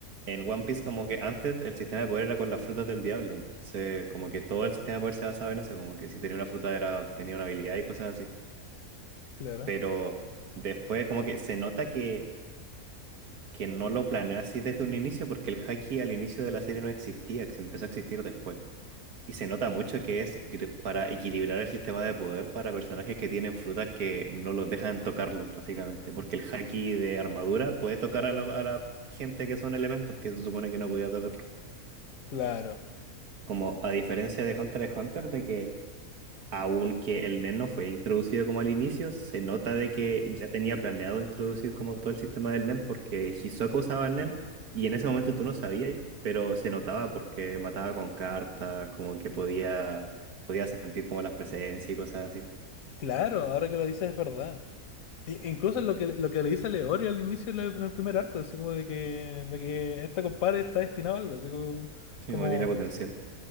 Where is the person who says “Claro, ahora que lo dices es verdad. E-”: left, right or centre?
Left